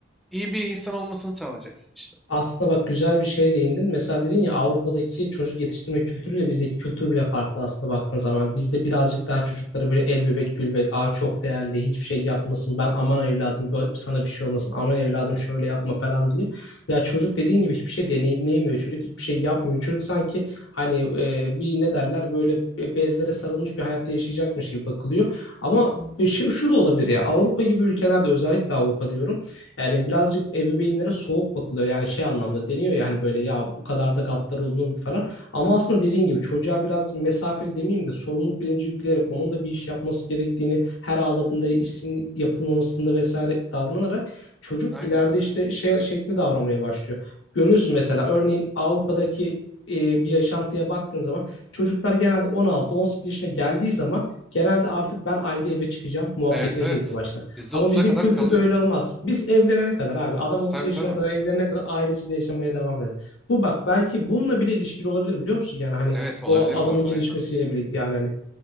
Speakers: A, in the centre; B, on the left.
A: iyi bir insan olmasını sağlayacaksın işte.
B: Aslında bak güzel bir şeye değindin. Mesela dedin ya Avrupa'daki çocuk yetiştirme kültürüyle bizdeki kültür bile farklı aslında baktığın zaman. Bizde birazcık daha çocuklara böyle el bebek gül bebek aa çok değerli hiçbir şey yapmasın ben aman evladım bu- sana bir şey olmasın aman evladım şöyle yapma falan diye. Ya çocuk dediğin gibi hiçbir şey deneyimleyemiyor. Çocuk hiçbir şey yapmıyor. Çocuk sanki hani e, bir ne derler böyle e, bezlere sarılmış bir hayatta yaşayacakmış gibi bakılıyor. Ama bir şey şu da olabilir ya Avrupa gibi ülkelerde özellikle Avrupa diyorum. Yani birazcık ebeveynlere soğuk bakılıyor. Yani şey anlamda deniyor ya hani böyle ya bu kadar da gaddar olunur mu falan. Ama aslında dediğin gibi çocuğa biraz mesafeli demeyeyim de sorumluluk bilinci yükleyerek onun da bir iş yapması gerektiğini her ağladığında işin yapılmamasında vesaire davranarak çocuk
A: Aynen.
B: ileride işte şey şeklinde davranmaya başlıyor. Görüyorsun mesela örneğin Avrupa'daki e, bir yaşantıya baktığın zaman çocuklar genelde 16-18 yaşına geldiği zaman genelde artık ben ayrı eve çıkacağım muhabbetine
A: Evet evet.
B: girmeye başlar.
A: Bizde
B: Ama
A: otuz'a
B: bizim
A: kadar
B: kültürde
A: kalıyor.
B: öyle olmaz. Biz evlenene kadar abi adam 30
A: Tabii
B: yaşına
A: tabii.
B: kadar evlenene kadar ailesiyle yaşamaya devam eder. Bu bak belki bununla bile ilişkili olabilir biliyor musun? Yani hani
A: Evet olabilir
B: o adamın
A: bu arada
B: gelişmesiyle
A: aynen haklısın.
B: bile yani hani